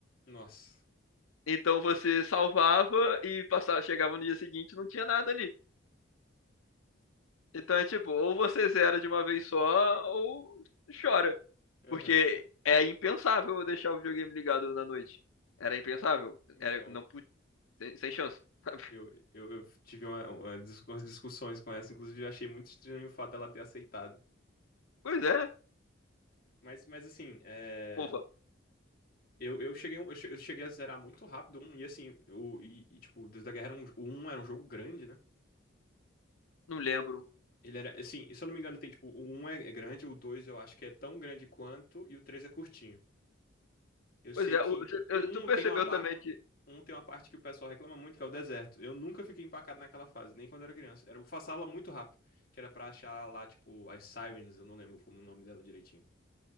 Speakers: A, on the left (about 45°); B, on the left (about 90°).
A: Nossa.
B: Então você salvava e passava, chegava no dia seguinte e não tinha nada ali. Então é tipo, ou você zera de uma vez só, ou chora.
A: Aham.
B: Porque é impensável eu deixar o videogame ligado na noite. Era impensável.
A: En- Então,
B: Era, não, pu- sem, sem chance. <laughs> sabe?
A: eu, eu, eu tive uma- uma dis- umas discussões com essa, inclusive eu achei muito estranho o fato dela ter aceitado.
B: Pois é, né?
A: Mas, mas assim, é,
B: Ufa,
A: eu, eu cheguei, eu che- eu cheguei a zerar muito rápido um, e assim, o, e, e, tipo, Deus da Guerra era um, o um era um jogo grande, né?
B: não lembro.
A: Ele era, assim, se eu não me engano, tem tipo, o 1 é é grande, o 2 eu acho que é tão grande quanto, e o 3 é curtinho. Eu sei
B: Pois é,
A: que
B: o- eu-
A: um
B: tu percebeu
A: tem uma, pa-
B: também que.
A: um tem uma parte que o pessoal reclama muito, que é o deserto. Eu nunca fiquei empacado naquela fase, nem quando era criança. Era, eu passava muito rápido, que era pra achar lá, tipo, as Sirens, eu não lembro como o nome dela direitinho.